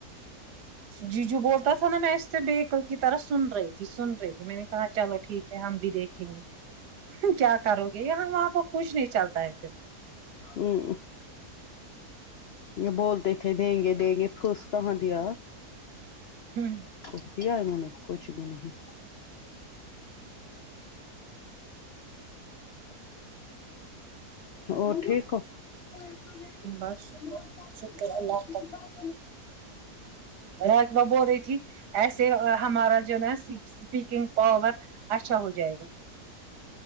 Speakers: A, on the right (about 80°); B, on the left (about 80°).
A: جی جو بولتا تھا نا میں اس سے بیکل کی طرح سن رہی تھی سن رہی تھی میں نے کہا چلو ٹھیک ہے ہم بھی دیکھیں گے کیا کرو گے یہاں وہاں پ کچھ نہیں چلتا ہے پھر
B: اوں یہ بولتے تھے دیں گے دیں گے پھوس کہاں دیا
A: ہوں
B: پوچھ دیا انہوں نے کچھ بھی نہیں ہ اور ٹھیک ہو <inaudible>
A: بس شکر شکر اللہ راک ب بول رہی تھی ایسے ہمارا جو ہے نا اسپیکنگ پاور اچھا ہو جائے گا